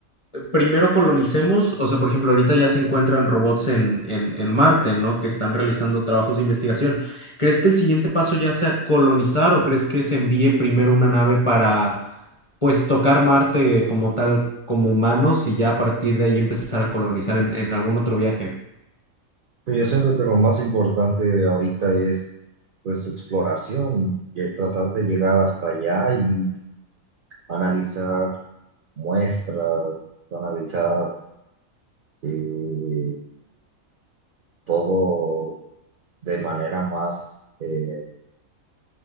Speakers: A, on the left; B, on the right.
A: eh, primero colonicemos? O sea, por ejemplo, ahorita ya se encuentran robots en, en, en Marte, ¿no? Que están realizando trabajos de investigación. ¿Crees que el siguiente paso ya sea colonizar o crees que se envíe primero una nave para, pues, tocar Marte como tal, como humanos y ya a partir de ahí empezar a colonizar en, en algún otro viaje?
B: Pero yo siento que lo más importante ahorita es pues su exploración, y tratar de llegar hasta allá y analizar muestras, analizar eh, todo de manera más... eh,